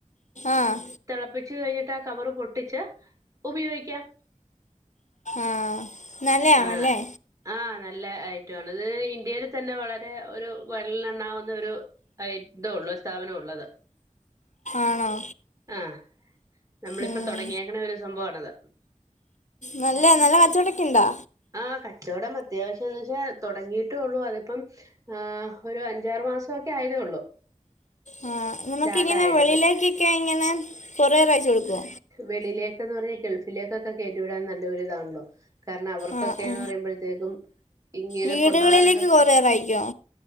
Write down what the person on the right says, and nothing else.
തിളപ്പിച്ച് കഴിഞ്ഞിട്ട് ആഹ് കവറ് പൊട്ടിച്ച് ഉപയോഗിക്കാം
ആഹ് ആഹ് നല്ല ഐറ്റ മാണ് ത് ഇത് ഇന്ത്യൽ തന്നെ വളരെ ഒരു വരലിനണ്ണാവുന്ന ഒരു ഉള്ള സ്ഥാപനം ഉള്ളത്
ആ നമ്മളിപ്പം
തുടങ്ങിയേക്ക്ണ ഒരു സംഭവാണ്ത്
ആഹ് കച്ചവടം അത്യാവശ്യംന്ന് വെച്ചാൽ തുടങ്ങിയിട്ടേ ഉള്ളു അതിപ്പം ആഹ് ഒരു അഞ്ചാറ് മാസൊക്കെ ആയതേ ഉള്ളൂ
സ്റ്റാർട്ട് ആയിട്ട്
വെളിയിലേക്കന്ന് പറഞ്ഞാൽ ഗൾഫിലേക്കൊക്കെ കേറ്റുവിടാൻ നല്ലൊരുരിതാണല്ലോ കാരണം അവർക്കൊക്കെന്ന്
പറയുമ്പോള് ത്തേക്കും ഇങ്ങനെ
കൊണ്ടാ കാനൊക്കെ